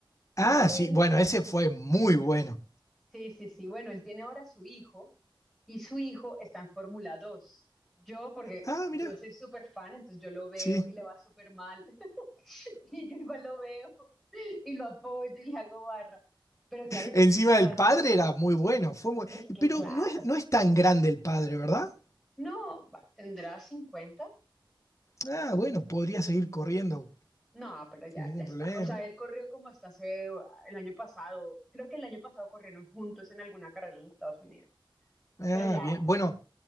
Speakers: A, on the left; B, in the centre.
A: Ah,
B: Él
A: sí, bueno, ese fue muy bueno.
B: Sí, sí, sí. Bueno, él tiene ahora su hijo y su hijo está en Fórmula 2. Yo, porque
A: Ah,
B: yo
A: mira,
B: soy súper fan, entonces yo lo veo
A: sí.
B: y le va súper mal. <laughs> Y yo igual lo veo y lo apoyo y le hago barra. Pero claro, yo
A: Encima
B: estoy esperando.
A: el padre era muy bueno, fue muy...
B: Es que
A: Pero
B: claro.
A: no es, no es tan grande el padre, ¿verdad?
B: No, va, ¿tendrá cincuenta.
A: Ah, bueno, podría seguir corriendo
B: No, pero ya,
A: sin ningún
B: ya está.
A: problema.
B: O sea, él corrió como hasta hace uh, el año pasado. Creo que el año pasado corrieron juntos en alguna carrera en Estados Unidos.
A: Ah,
B: Pero ya,
A: bien.
B: ya.
A: Bueno,